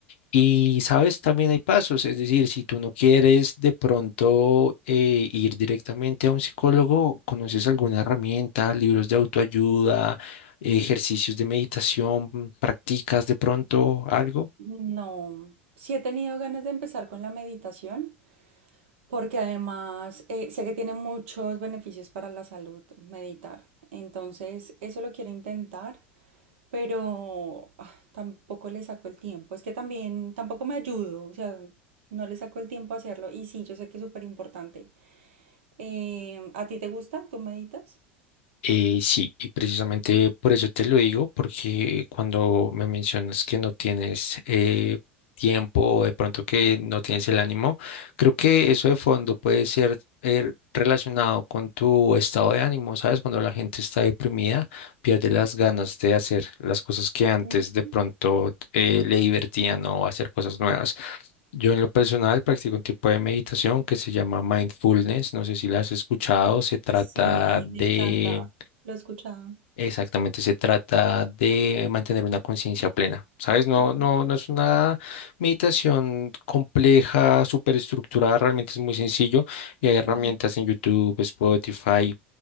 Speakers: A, on the left; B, on the right.
A: Y sabes, también hay pasos, es decir, si tú no quieres de pronto eh, ir directamente a un psicólogo, conoces alguna herramienta, libros de autoayuda, ejercicios de meditación, practicas de pronto algo.
B: No, sí he tenido ganas de empezar con la meditación porque además eh, sé que tiene muchos beneficios para la salud meditar. Entonces, eso lo quiero intentar, pero ah, tampoco le saco el tiempo. Es que también tampoco me ayudo, o sea, no le saco el tiempo a hacerlo. Y sí, yo sé que es súper importante. Eh, ¿a ti te gusta? ¿Tú meditas?
A: Eh, sí, y precisamente por eso te lo digo, porque cuando me mencionas que no tienes eh, tiempo o de pronto que no tienes el ánimo, creo que eso de fondo puede ser eh, relacionado con tu estado de ánimo, ¿sabes? Cuando la gente está deprimida, pierde las ganas de hacer las cosas que antes
B: Ujú.
A: de pronto eh, le divertían o hacer cosas nuevas. Yo en lo personal practico un tipo de meditación que se llama mindfulness, no sé si la has escuchado, se trata
B: Sí,
A: de
B: me encanta. Lo he escuchado.
A: Exactamente, se trata de mantener una conciencia plena, ¿sabes? No,
B: Ujú,
A: no, no es una meditación compleja, súper estructurada, realmente es muy sencillo y hay herramientas
B: ujú,
A: en YouTube, Spotify,